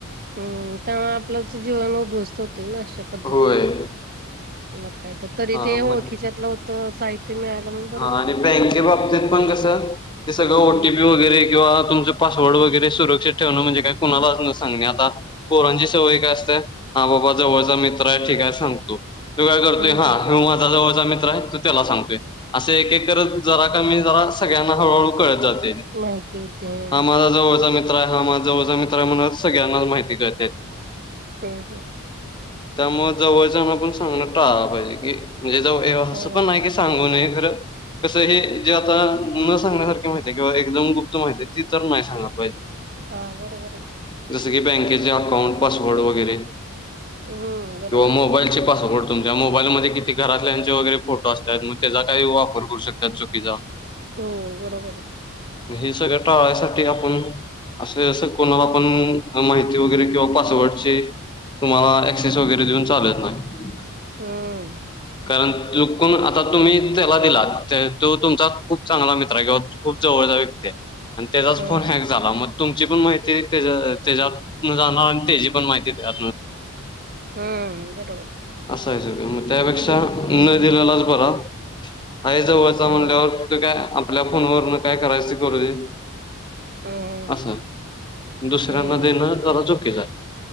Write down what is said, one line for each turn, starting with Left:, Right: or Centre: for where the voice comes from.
Right: हम्म त्यामुळे आपल्याच जीवन उद्ध्वस्त होतय ना अश्या पद्धतीने
Left: होय.
Right: मग काहीत तरी
Left: हा
Right: ते ओळखीच्यातलं
Left: मग
Right: होतं साहित्य मिळायलं म्हण
Left: हा आणि बँके बाबतीत पण कसं ते सगळं ओटीपी
Right: हम्म
Left: वगैर गैरे किंवा तुमचं पासवर्ड वगैरे सुरक्षित ठेवण म्हणजे काय कोणालाच न सांगणे आता पोरांची सवयी काय असते हा बाबा जवळचा मित्र आहे ठीिकय सांगतो तो काय करतोय
Right: हम्म
Left: हा
Right: हम्म
Left: ह माझा जवळचा मित्र आहे तो त्याला सांगतोय असे एक एक करत जरा कमी जरा सगळ्यांना हळूहळू कळत जाते
Right: माहिती होती हम्म
Left: हा माझा जवळचा मित्र आहे हा माझा जवळचा मित्र आहे म्हणून सगळ्यांनाच माहिती करळतेी
Right: हम् हम्
Left: त्यामुळे जवळचना पण सांगण टाळला पाहिजे की म्हणजे ज असं
Right: हो
Left: पण नाही की सांगूून खरं कसं हे जे आता न सांगण्यासारखे माहिे किंवा एकदम गुप्त माहििते ती तर नाही सांगलं पाहिजे <unintelligible>
Right: हा बरोबर आहे
Left: जसं की बँकेचे अकाउंट पासवर्ड वगैरे
Right: हम्म बरोबर
Left: किंवा मोबाईलचे
Right: आहे
Left: पासवर्ड तुमच्या मोबाईलमध्ये किती घरातल्यांचे वगैरे फोटो असतात मग त्या काही वापर करू शकतात चुकीचा
Right: हो बरोबर आहे
Left: हे सगळं टाळा यासाठी आपण असे असं कोणाला पण माहिती वगैरे किंवा पासवर्डची तुम्हाला एक्साइस वगैरे देऊन चालत नाही
Right: हम
Left: कारण चुकून आता तुम्ही त्याला दिला तो तुमचा खूप चांगला मित्र आहे किंवा खूप जवळचा व्यक्ती आणि त्याचाच
Right: हम्म
Left: फोन हॅक झाला मग तुमची पण माहिती त्याच्यात जाणार आणि त्याची पण माहिती आ
Right: हम्म बट होते
Left: असायचं का मग त्यापेक्षा न
Right: हम्म
Left: दिलेलाच बरा आहेजव
Right: हम्म
Left: म्हणल्यावर काय आपल्या फोनवरून काय करायच करू दे
Right: हम्म
Left: असा दुसऱ्यांना
Right: हम्म
Left: देणं जला चोक्यच आहे